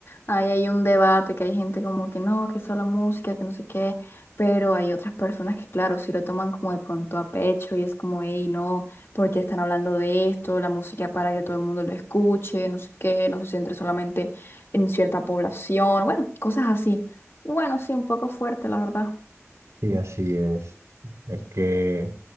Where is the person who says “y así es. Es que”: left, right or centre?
Right